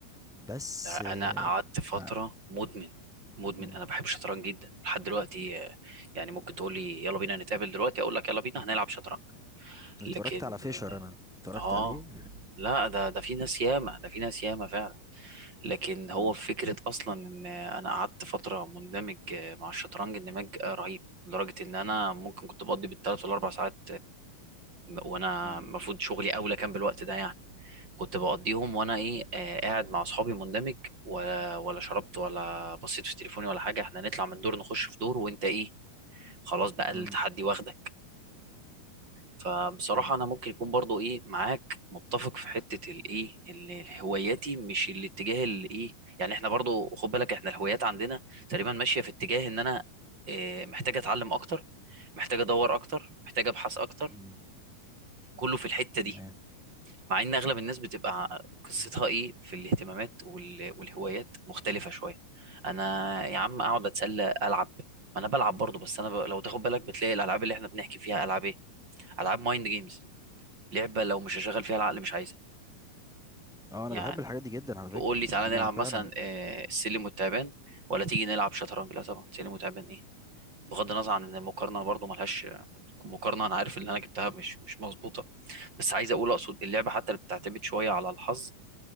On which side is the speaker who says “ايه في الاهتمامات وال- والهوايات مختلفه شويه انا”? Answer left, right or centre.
Right